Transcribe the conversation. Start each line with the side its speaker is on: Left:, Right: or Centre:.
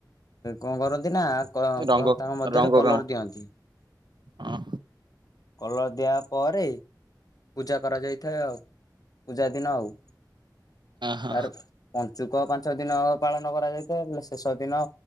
Left: କଣ କରନ୍ତି ନା କ
Right: ରଙ୍ଗ
Left: ତାଙ୍କ ମଧ୍ୟରେ
Right: ରଙ୍ଗ
Left: କଲର
Right: କାମ
Left: ଦିଅନ୍ତି।
Right: ହଁ।
Left: କଲର ଦିଆ ପରେ ପୂଜା କରାଯାଇଥାଏ ଆଉ ପୂଜା ଦିନ ଆଉ
Right: ହଁ
Left: ତାର ପଞ୍ଚୁକ ପାଞ୍ଚ ଦିନ ପାଳନ କରାଯାଇଥାଏ ହେଲେ ଶେଷ ଦିନ